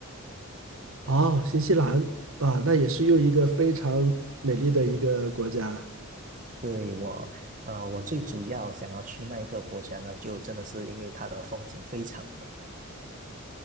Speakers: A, on the right; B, on the right.
A: 哦，新西兰啊，那也是又一个非常美丽的一个国家。
B: 对，我，呃，我最主要想要去那一个国家呢，就真的是因为它的风景非常美，